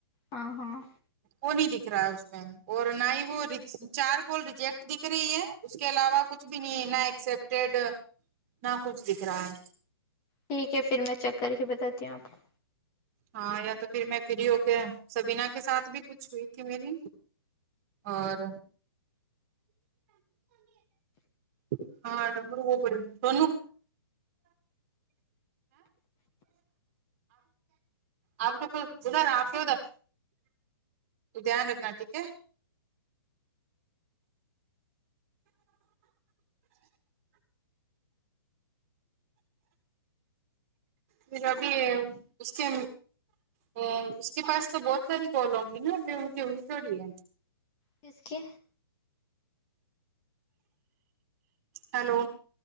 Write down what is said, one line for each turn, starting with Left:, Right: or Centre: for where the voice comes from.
Left: ہاں ہاں
Right: وہ نہیں دکھ رہا ہے اس میں اور نہ ہی وہ چار کول ریجیکٹ دکھ رہی ہے اس کے علاوہ کچھ بھی نہیں ہے نہ ایکسپٹیڈ نہ کچھ دکھ رہا ہے
Left: ٹھیک ہے پھر میں چیک کر کے بتاتی ہوں آپ کو
Right: ہاں یا تو پھر میں فری ہو کے سبین کے ساتھ بھی کچھ ہوئی تھی میری اور <unintelligible> آپ آپ کے تو ادھر آپ کے ادھر دین رکھنا تھیک ہے پھر ابھی اس کے ا اس کے پاس تو بہت ساری کال ہونگی نہ <unintelligible> تھوڑی تھوڑی ہے
Left: کس کے
Right: ہیلو